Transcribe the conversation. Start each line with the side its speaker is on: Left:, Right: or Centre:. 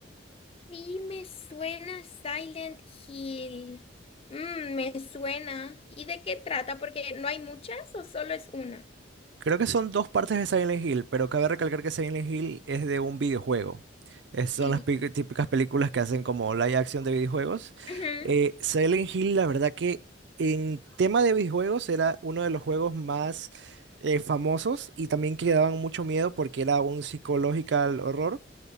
Left: Y me suena Silent Hill. Mm, me suena. ¿Y de qué trata? Porque no hay muchas o solo es una.
Right: Creo que son dos partes de Silent Hill, pero cabe recalcar que Silent Hill es de un videojuego. Es-
Left: Sí.
Right: son las pi- típicas películas que hacen como live action de videojuegos.
Left: Ujú.
Right: Eh, Silent Hill, la verdad que en tema de videojuegos era uno de los juegos más eh, famosos y también que daban mucho miedo porque era un psychological horror.